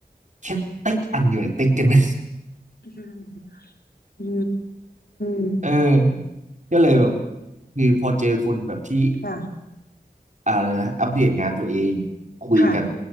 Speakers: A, on the right; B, on the left.
A: แค่ติ๊กอันเดียวเนี่ยติ๊กกันไหม
B: อืมอืม
A: เออก็เลยแบบคือพอเจอคนแบบที่
B: ค่ะ
A: อะไรนะอัปเดตงานตัวเองคุยกัน
B: ค่ะ